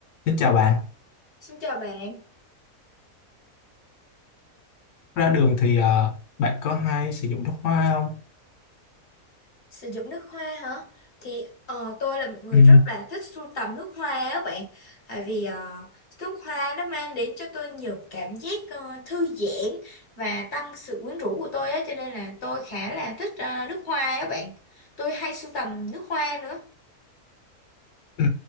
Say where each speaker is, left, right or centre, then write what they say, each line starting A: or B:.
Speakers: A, on the left; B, on the left.
A: Xin chào bạn.
B: Xin chào bạn,
A: Ra đường thì ờ, bạn có hay sử dụng nước hoa không?
B: sử dụng nước hoa hả? Thì ờ, tôi là một người
A: Ừ,
B: rất là thích sưu tầm nước hoa á bạn Tại vì ờ, nước hoa nó mang đến cho tôi nhiều cảm giác ờ, thư giãn và tăng sự quyến rũ của tôi á Cho nên là tôi khá là thích ờ, nước hoa á bạn Tôi hay sưu tầm nước hoa nữa
A: ừ,